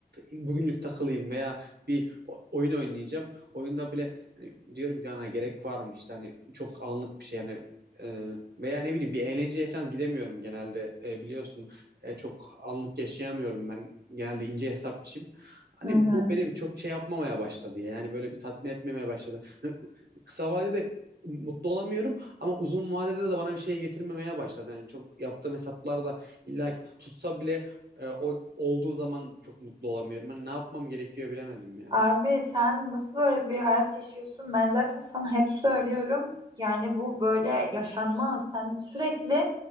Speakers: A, on the right; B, on the right.
A: bugünlük takılayım veya bir o- oyun oynayacağım. Oyunda bile hani diyorum ki hani gerek var mı işte hani çok anlık bir şey yani e, veya ne bileyim bir eğlenceye falan gidemiyorum genelde E, biliyorsun e, çok anlık yaşayamıyorum ben. Genelde ince hesapçıyım. Hani
B: Hı hı.
A: bu beni bir çok şey yapmamaya başladı ya. Yani böyle bir tatmin etmemeye başladı. Hani kısa vadede mutlu olamıyorum ama uzun vadede de bana bir şey getirmemeye başladı. Yani çok yaptığım hesaplar da illa ki tutsa bile e, o olduğu zaman çok mutlu olamıyorum. Hani ne yapmam gerekiyor bilemedim ya.
B: Abi sen nasıl böyle bir hayat yaşıyorsun? Ben zaten sana hep söylüyorum. Yani bu böyle yaşanmaz. Sen sürekli